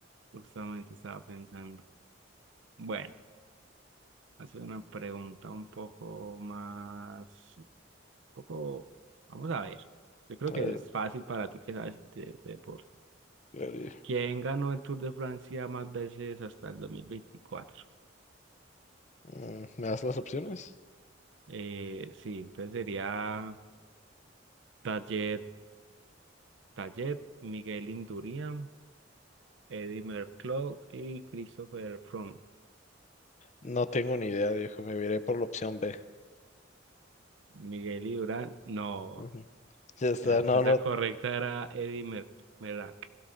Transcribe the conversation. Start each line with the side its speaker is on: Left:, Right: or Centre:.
Right: justamente estaba pensando. Bueno. hacer una pregunta un poco más, un poco, vamos a ver. Yo creo
Left: A ver,
Right: que es
Left: a
Right: fácil para ti que sabes de, de deporte.
Left: ver, viejo.
Right: ¿Quién ganó el Tour de Francia más veces hasta el 2024?
Left: Mm, ¿me das las opciones?
Right: Eh, sí, entonces sería Tayet, Tayet, Miguel Indurain, Eddy Merckx y Christopher Froome.
Left: No tengo ni idea, viejo, me iré por la opción B.
Right: Miguel Indurain, no.
Left: Ujú. Ya está,
Right: La respuesta
Left: no, no,
Right: correcta era Eddy Mer Merckx.